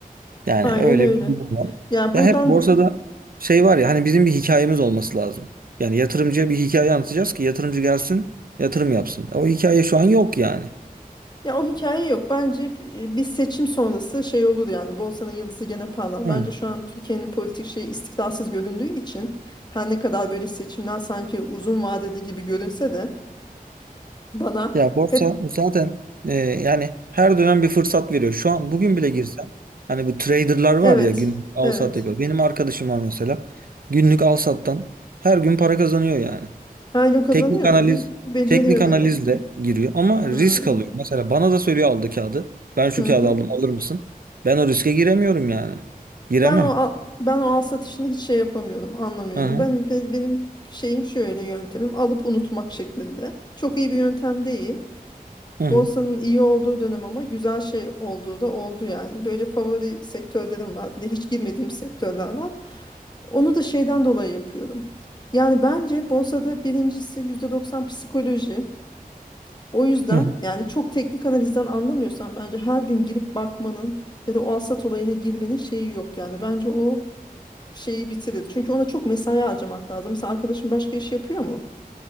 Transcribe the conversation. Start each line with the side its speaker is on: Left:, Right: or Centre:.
Right: Yani
Left: Aynen
Right: öyle
Left: öyle.
Right: bir durum var.
Left: Ya
Right: Ya
Left: buradan
Right: hep borsada şey var ya hani bizim bir hikayemiz olması lazım. Yani yatırımcıya bir hikaye anlatacağız ki yatırımcı gelsin yatırım yapsın. O hikaye şu an yok yani.
Left: ya o hikaye yok. Bence bi- bir seçim sonrası şey olur yani. Borsa'nın yıldızı gene parlar.
Right: Hı.
Left: Bence şu an Türkiye'nin politik şeyi istikrarsız göründüğü için her ne kadar böyle seçimden sanki uzun vadede gibi görünse de bana
Right: Ya borsa
Left: hep
Right: zaten e, yani her dönem bir fırsat veriyor. Şu an bugün bile girsem hani bu traderlar var
Left: <laughs> evet.
Right: ya gün al
Left: Evet.
Right: sat yapıyor. Benim arkadaşım var mesela günlük al sattan her gün para kazanıyor yani.
Left: Her gün kazanıyor
Right: Teknik analiz
Left: mu? İyi, beceriyor
Right: teknik analizle
Left: demek ki.
Right: giriyor ama risk
Left: Hmm,
Right: alıyor. Mesela bana da söylüyor aldı kağıdı. Ben şu
Left: Hı
Right: kağıdı
Left: hı.
Right: aldım alır mısın? Ben o riske giremiyorum yani. Giremem.
Left: Ben o al- ben o al satışını hiç şey yapamıyordum, anlamıyordum.
Right: Hı hı.
Left: Benim be- benim şeyim şöyle yöntemim alıp unutmak şeklinde. Çok iyi bir yöntem değil.
Right: Hı hı.
Left: Borsanın iyi olduğu dönem ama güzel şey olduğu da oldu yani. Böyle favori sektörlerim var. Bir de hiç girmediğim sektörler var. Onu da şeyden dolayı yapıyorum. Yani bence borsada birincisi %90 psikoloji. O yüzden
Right: hı hı.
Left: yani çok teknik analizden anlamıyorsan bence her gün girip bakmanın ya da o alsat olayına girmenin şeyi yok yani. Bence o şeyi bitirir. Çünkü ona çok mesai harcamak lazım. Mesela arkadaşın başka iş yapıyor mu?